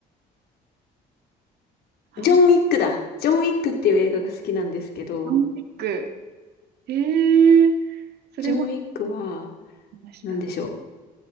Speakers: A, on the right; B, on the left.
A: あ、
B: ジョン・ウィックだ。ジョン・ウィックっていう映画が好きなんですけど、
A: ドンピック。ええそれもあ
B: ジョン・ウィックは、
A: りました。
B: なんでしょう。